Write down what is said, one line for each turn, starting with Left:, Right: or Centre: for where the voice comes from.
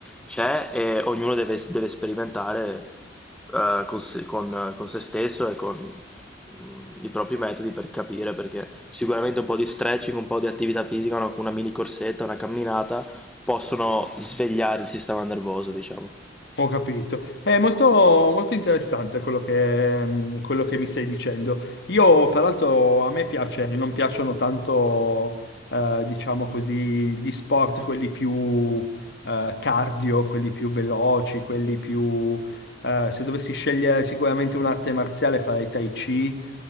Centre: c'è e ognuno deve deve sperimentare eh, con, se, con- con se stesso e con mm, i propri metodi per capire, perché sicuramente un po' di stretching, un po' di attività fisica, una, una mini corsetta, una camminata possono svegliare il sistema nervoso, diciamo.
Left: Ho capito. È molto, molto interessante quello che, mm, quello che mi stai dicendo. Io, fra l'altro, a me piace, non piacciono tanto, eh, diciamo così, gli sport, quelli più, eh, cardio, quelli più veloci, quelli più... eh, se dovessi scegliere sicuramente un'arte marziale, farei Tai Chi,